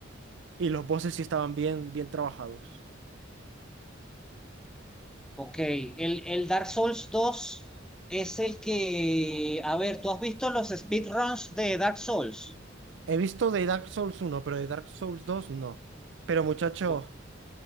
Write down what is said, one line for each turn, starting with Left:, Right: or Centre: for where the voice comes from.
Right: Y los voces sí estaban bien, bien trabajados.
Centre: Ok, el, el Dark Souls dos es el que, a ver, ¿tú has visto los speedruns de Dark Souls?
Right: He visto de Dark Souls uno, pero de Dark Souls dos no. Pero muchacho,
Centre: Oh.